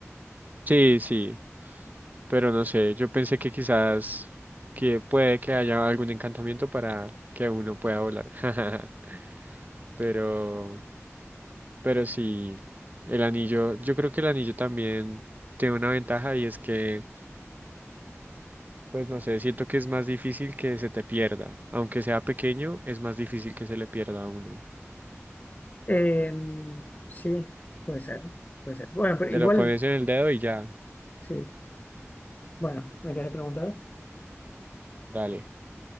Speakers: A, on the right; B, on the left.
A: Sí, sí. pero no sé, yo pensé que quizás que puede que haya algún encantamiento para que uno pueda volar. <laughs> Pero, pero sí, el anillo, yo creo que el anillo también tiene una ventaja y es que, pues no sé, siento que es más difícil que se te pierda. Aunque sea pequeño, es más difícil que se le pierda a uno.
B: Eh, sí, puede ser, puede ser. Bueno, pero
A: Te
B: igual,
A: lo pones en el dedo y ya,
B: sí. Bueno, me querés preguntar,
A: dale.